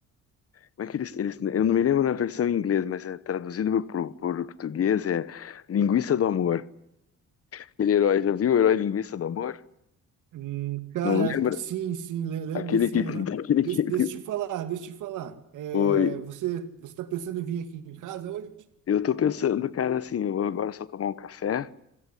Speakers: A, on the left; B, on the right.
A: Como é que eles. eles eu não me lembro na versão em inglês, mas é traduzido para o português, é Linguiça do Amor. Aquele herói, já viu o herói linguiça do amor?
B: Hum, cara,
A: Não lembra?
B: sim, sim, le- lembro
A: Aquele
B: sim.
A: que, <laughs>
B: aham.
A: aquele que...
B: Deixa, deixa eu te falar, deixa eu te falar. É,
A: Oi.
B: você, você tá pensando em vir aqui em casa hoje?
A: Eu tô pensando, cara, assim, eu vou agora só tomar um café,